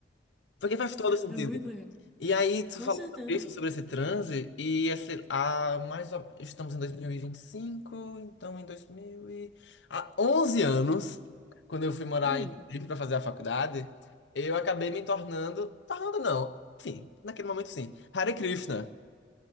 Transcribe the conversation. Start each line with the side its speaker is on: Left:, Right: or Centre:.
Left: Porque faz todo sentido.
Centre: É muito legal.
Left: E aí, tu
Centre: Com
Left: falou
Centre: certeza.
Left: sobre isso, sobre esse transe, e esse, ah, mais ou- estamos em 2025, então em 2000 e... Há 11 anos, quando eu fui morar
Centre: Hum.
Left: em Recife para fazer a faculdade, eu acabei me tornando... Tornando não, enfim, naquele momento sim, Hare Krishna.